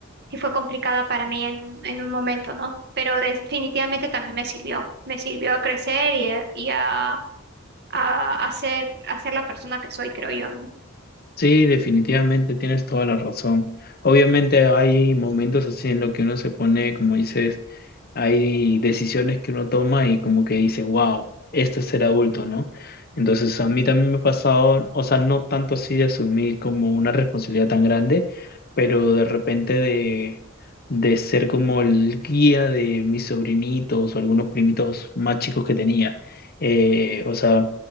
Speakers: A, on the right; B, on the left.
A: sí fue complicada para mí en, en un momento, ¿no? Pero definitivamente también me sirvió, me sirvió a crecer y, a, y a, a, a ser, a ser la persona que soy, creo yo, ¿no?
B: Sí, definitivamente tienes toda la razón. Obviamente hay momentos así en los que uno se pone, como dices, hay decisiones que uno toma y como que dice, wow, esto es ser adulto, ¿no? Entonces a mí también me ha pasado, o sea, no tanto así de asumir como una responsabilidad tan grande, pero de repente de, de ser como el guía de mis sobrinitos o algunos primitos más chicos que tenía. Eh, o sea,